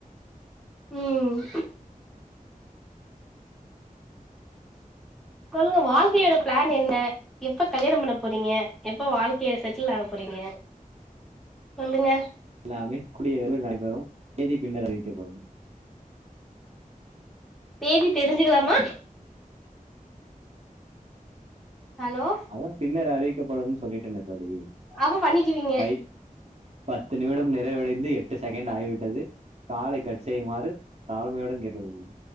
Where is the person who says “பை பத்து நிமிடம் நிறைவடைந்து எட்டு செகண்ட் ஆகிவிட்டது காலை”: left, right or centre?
Right